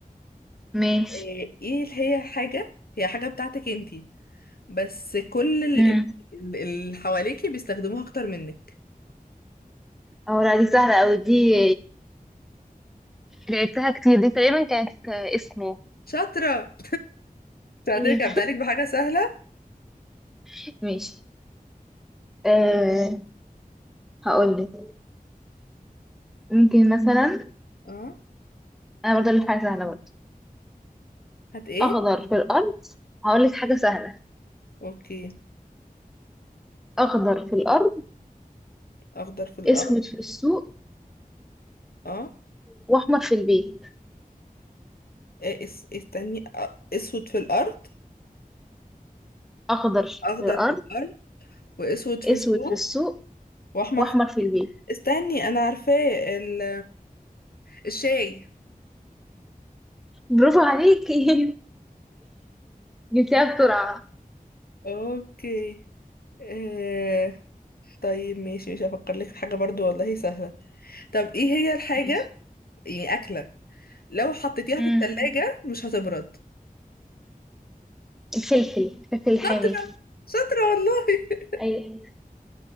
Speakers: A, in the centre; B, on the left.
A: ماشي
B: ايه إيه اللي هي حاجه هي حاجه بتاعتك انتي بس كل ال-
A: امم
B: ال- اللي حواليكي بيستخدموها اكتر منك
A: اه لا دي سهلة أوي دي لعبتها كتير دي تقريبا كانت آه، اسمه
B: شاطره شاطرك
A: أيوة.
B: هبدا لك بحاجه سهله
A: <laughs> ماشي آه هقولك ممكن مثلا
B: اه
A: أنا برضه أقولك حاجة سهلة برضه
B: هات ايه
A: أخضر في الأرض هقولك حاجة سهلة
B: اوكي
A: أخضر في الأرض
B: اخضر في الارض
A: أسود في السوق
B: اه
A: وأحمر في البيت
B: إيه اس- استني أ- اسود في الارض
A: أخضر
B: واخضر
A: في الأرض
B: في الارض واسود في
A: أسود
B: السوق
A: في السوق
B: واحمر
A: وأحمر
B: في
A: في البيت
B: استني انا عارفاه ال... الشاي
A: برافو عليكي <laughs> جبتها بسرعة
B: اوكي آه... طيب ماشي مش هفكر لك في حاجة برضو والله سهلة طب ايه هي الحاجة
A: ماشي
B: يعني اكلة لو حطيتيها
A: امم
B: في التلاجة مش هتبرد
A: الفلفل الفلفل الحامي
B: شاطرة شاطرة والله <laughs>
A: ايوه